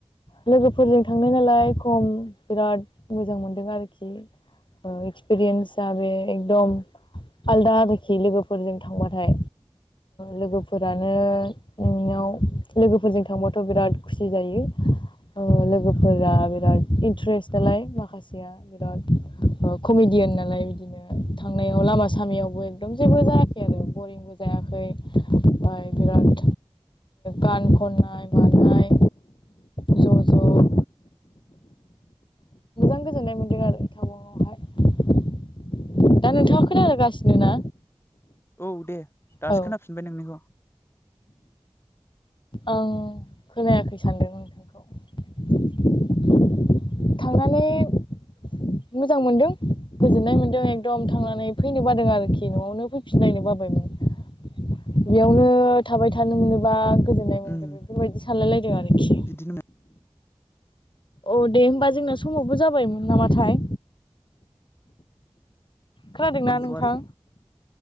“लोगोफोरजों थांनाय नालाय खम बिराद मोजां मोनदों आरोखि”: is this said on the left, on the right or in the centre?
Left